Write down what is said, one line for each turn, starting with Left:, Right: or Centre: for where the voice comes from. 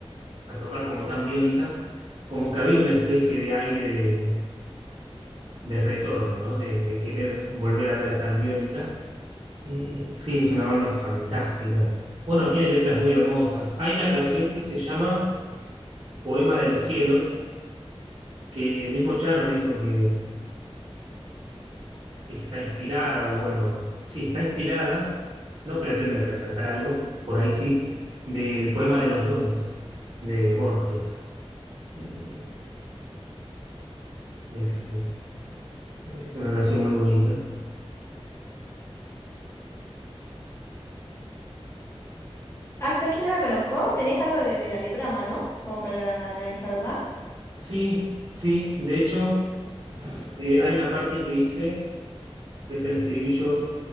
Right: a tocar como tan biónica, como que había una especie de aire de, de retorno, ¿no? De, de querer volver a ver a tan biónica. Eh, sí, es una banda fantástica. Bueno, tiene letras muy hermosas. Hay una canción que se llama Poema de los Cielos, que el mismo Chano dijo que que está inspirada, o bueno, sí, está inspirada, no pretende retratar algo, por ahí sí, del poema de los dones de Borges. Eh, es, es- es una canción muy bonita.
Left: Ah, ¿sabes que no la conozco? ¿Tenés algo de, de la letra a mano? Como para analizarla.
Right: Sí, sí, de hecho, eh, hay una parte que dice, que es el estribillo,